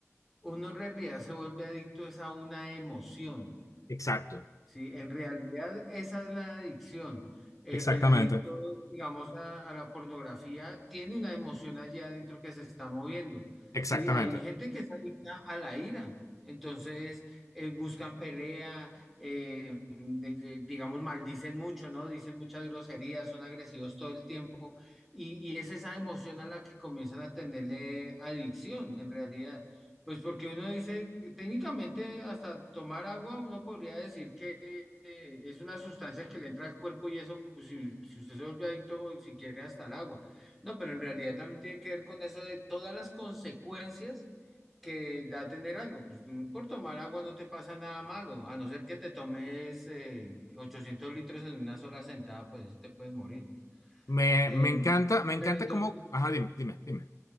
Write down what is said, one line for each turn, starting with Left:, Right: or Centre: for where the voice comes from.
Centre: uno en realidad se vuelve adicto es a una emoción.
Left: Exacto,
Centre: Sí, en realidad esa es la adicción. Eh,
Left: exactamente.
Centre: el adicto, digamos, a, a la pornografía tiene una emoción allá adentro que se está moviendo.
Left: Exactamente.
Centre: Sí, hay gente que es adicta a la ira. Entonces, eh, buscan pelea, eh, de- de- digamos, maldicen mucho, ¿no? Dicen muchas groserías, son agresivos todo el tiempo. Y, y es esa emoción a la que comienzan a tenerle adicción, en realidad. Pues porque uno dice, técnicamente hasta tomar agua uno podría decir que eh, es una sustancia que le entra al cuerpo y eso, pues si, si usted se vuelve adicto, si quiere hasta el agua. No, pero en realidad también tiene que ver con eso de todas las consecuencias que da tener algo. Pues tú por tomar agua no te pasa nada malo, a no ser que te tomes eh, 800 litros en una sola sentada, pues sí te puedes morir, ¿no?
Left: Me,
Centre: Em,
Left: me encanta, me encanta
Centre: pero entonces,
Left: cómo. Ajá, dime, dime, dime,